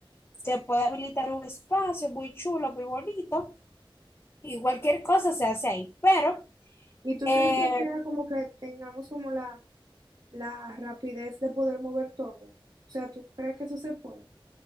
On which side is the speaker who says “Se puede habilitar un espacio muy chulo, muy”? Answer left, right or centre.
Left